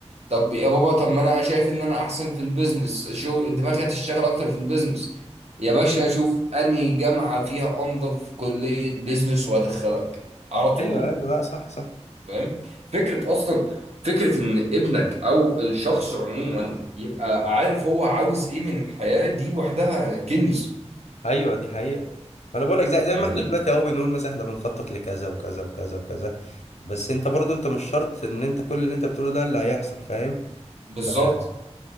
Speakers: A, on the right; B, on the left.
A: طب يا بابا طب ما انا شايف ان انا احسن في البيزنس شغل دماغي هتشتغل اكتر في البيزنس يا باشا اشوف انهي جامعه فيها انظف كليه بيزنس وادخلك على طول
B: ايوه ايوه لا صح صح
A: فاهم فكره اصلا فكره ان ابنك او الشخص عموما يبقى عارف هو عاوز ايه من الحياه دي لوحدها كنز
B: ايوه دي حقيقة ما انا بقول لك زي زي
A: فاهمني
B: ما احنا دلوقتي اهو بنقول مثلا احنا بنخطط لكذا وكذا وكذا وكذا بس انت برضو انت مش شرط ان انت كل اللي انت بتقوله ده اللي هيحصل فاهم
A: بالظبط
B: ف